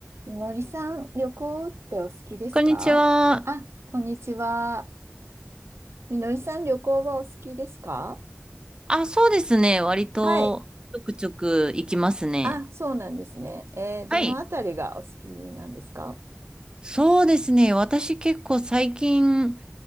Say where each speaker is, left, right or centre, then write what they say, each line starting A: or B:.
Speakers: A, on the right (about 80°); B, on the right (about 20°).
A: みのりさん、旅行ってお好きですかあ、
B: こんにちは。
A: こんにちは。みのりさん、旅行はお好きですか
B: あ、そうですね。割と、
A: はい。
B: ちょくちょく行きますね。
A: あ、そうなんですね。えーどのあたりがお好きなんですか
B: はい。そうですね。私結構最近、